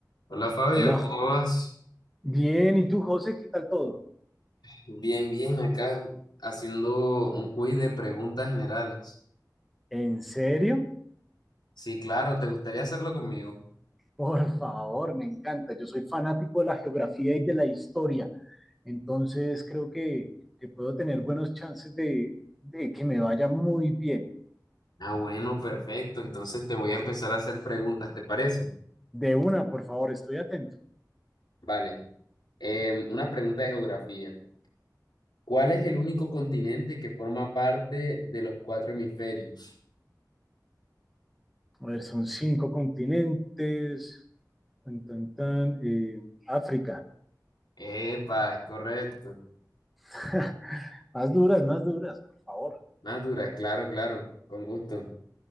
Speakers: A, on the left; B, in the centre.
A: Hola Fabio,
B: Hola,
A: ¿cómo vas?
B: bien, ¿y tú, José? ¿Qué tal todo?
A: Bien, bien, acá haciendo un quiz de preguntas generales.
B: ¿En serio?
A: Sí, claro, ¿te gustaría hacerlo conmigo?
B: Por favor, me encanta. Yo soy fanático de la geografía y de la historia, entonces creo que, que puedo tener buenos chances de, de que me vaya muy bien.
A: Ah, bueno, perfecto. Entonces te voy a empezar a hacer preguntas, ¿te parece?
B: De una, por favor, estoy atento.
A: Vale. Em, una pregunta de geografía. ¿Cuál es el único continente que forma parte de los cuatro hemisferios?
B: A ver, son cinco continentes. Tan, tan, tan, eh, África.
A: Epa, es correcto.
B: <laughs> Más duras, más duras, por favor.
A: Natura, claro, claro, con gusto.